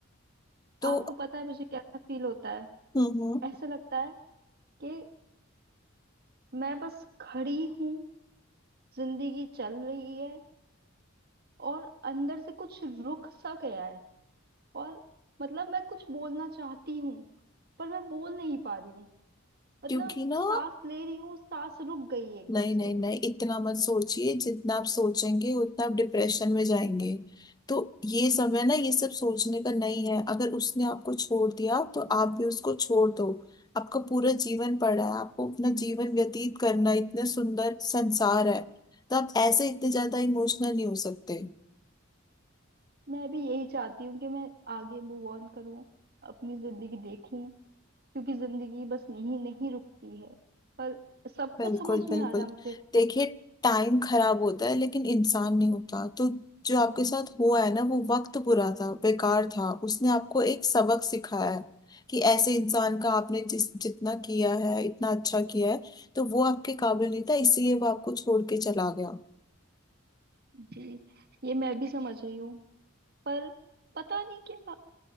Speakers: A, on the left; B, on the right.
A: तो
B: आपको पता है मुझे कैसा फील होता है
A: हम्म हम्म,
B: ऐसे लगता है कि मैं बस खड़ी हूँ जिंदगी चल रही है और अंदर से कुछ रुक सा गया है और मतलब मैं कुछ बोलना चाहती हूँ पर मैं बोल नहीं पा रही हूँ मतलब
A: क्योंकि ना
B: सांस ले रही हूँ सांस रुक गई है एकदम
A: नहीं नहीं
B: से
A: नहीं इतना मत सोचिए जितना आप सोचेंगे उतना आप डिप्रेशन में जाएंगे तो ये समय ना ये सब सोचने का नहीं है अगर उसने आपको छोड़ दिया तो आप भी उसको छोड़ दो आपका पूरा जीवन पड़ा है आपको अपना जीवन व्यतीत करना है, इतने सुंदर संसार है तो आप ऐसे इतने ज्यादा इमोशनल नहीं हो सकते
B: मैं भी यही चाहती हूँ कि मैं आगे मूव ऑन करूँ अपनी जिंदगी देखूं क्योंकि जिंदगी बस यहीं नहीं रुकती है पर सब
A: बिल्कुल
B: कुछ समझ में
A: बिल्कुल
B: आ रहा मुझे
A: देखिए टाइम खराब होता है लेकिन इंसान नहीं होता तो जो आपके साथ हुआ है ना वो वक्त बुरा था बेकार था उसने आपको एक सबक सिखाया है कि ऐसे इंसान का आपने जिस जितना किया है इतना अच्छा किया है तो वो आपके काबिल नहीं था इसलिए वो आपको छोड़ के चला गया
B: जी ये मैं भी समझ रही हूँ पर पता नहीं क्या